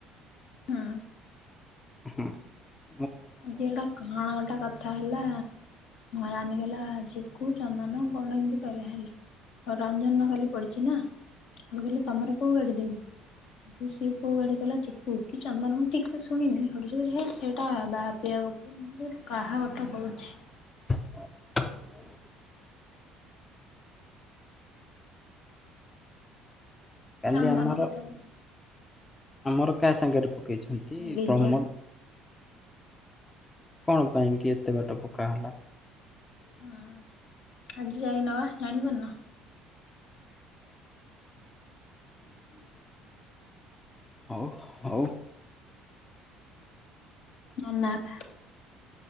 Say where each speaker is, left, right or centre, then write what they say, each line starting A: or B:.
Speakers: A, on the left; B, on the left.
A: ହୁଁ
B: ହଁ ହୁଁ।
A: ଆଜି ଗୋଟା କଣ ଗୋଟେ କଥା ହେଲା ରାନୀ କଲା ଶିଖୁ ଚନ୍ଦନ କଣ୍ଡ ଏମିତି କହିଲେ ହେଲା ରଞ୍ଜନ କାଲି ପଡ଼ିଛି ନା ମୁଁ କହିଲେ ତମର କୋଉ ଗାଡ଼ି ଦେବି ସେଠୁ ସିଏ କୋଉ ଗାଡି କଲା ଚୀକୁ କି ଚନ୍ଦନ ମୁଁ ଠିକ ସେ ଶୁଣିନି ସେଠୁ <unintelligible> ସେଇଟା ବା କ ପ୍ରିୟା କପୁର ମୋର କାହା କଥା କହୁଛି
B: <inaudible> କାଲି
A: ଚନ୍ଦନ
B: ଆମର
A: ଗଥାଥା
B: ଆମର କାହା ସାଙ୍ଗରେ ପକେଇଛନ୍ତି
A: ଲିଜା
B: ପ୍ରମୋଦ୍ କଣ ପାଇଁ କି ଏତେ ବାଟ ପକା ହେଲା
A: ହଁ ଆଜି ଯାଇ ନେବା ଜାଣିବାରୁ ନା ହ ହ ହଁ
B: ହଉ ହଉ
A: ନ ନାପା